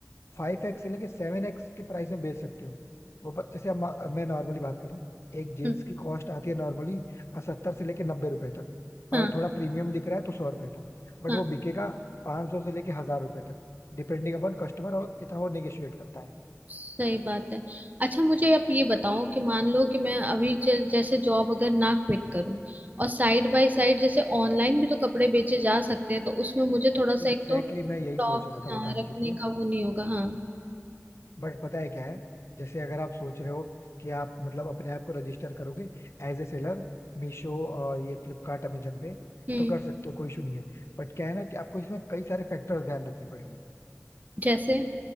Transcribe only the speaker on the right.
हम्म
हाँ
हाँ
सही बात है अच्छा मुझे आप ये बताओ कि मान लो कि मैं अभी ज- जैसे जॉब अगर ना क्विट करूं और साइड बाय साइड जैसे ऑनलाइन भी तो कपड़े बेचे जा सकते हैं तो उसमें मुझे थोड़ा सा
एक तो स्टॉक
हाँ,
रखने
का वो नहीं होगा हाँ
हम्म
जैसे